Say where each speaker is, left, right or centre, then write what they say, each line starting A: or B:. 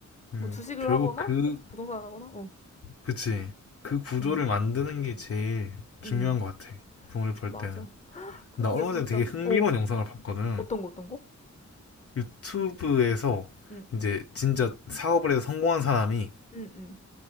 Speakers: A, on the left; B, on the left.
A: 음,
B: 뭐 주식을
A: 결국
B: 하거나
A: 그,
B: 부동산 하거나, 어.
A: 그치. 그 구조를
B: 음,
A: 만드는 게 제일 중요한
B: 음.
A: 것 같아. 돈을 벌
B: 맞아.
A: 때는.
B: 근데
A: 나 얼마
B: 진짜,
A: 전에 되게 흥미로운
B: 어.
A: 영상을 봤거든.
B: 어떤 거, 어떤 거?
A: 유튜브에서
B: 음,
A: 이제 진짜 사업을 해서 성공한 사람이
B: 음, 음.